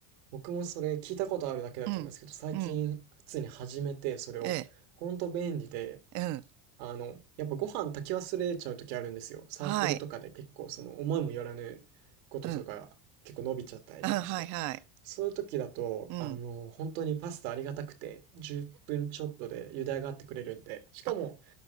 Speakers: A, on the right; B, on the right.
A: 僕もそれ聞いたことあるだけだったんですけど、
B: うん。
A: 最近普通に始めて、
B: うん。
A: それを、
B: ええ。
A: ほんと便利で、
B: うん。
A: あの、やっぱご飯炊き忘れちゃう時あるんですよ。サークルとかで結構その思いもよらぬこととか結構伸びちゃったりとかして。
B: はい。うん。うんはい、はい。
A: そういう時だと、
B: うん。
A: あの、本当にパスタありがたくて10分ちょっとで茹で上がってくれるんで、しかも、
B: あ、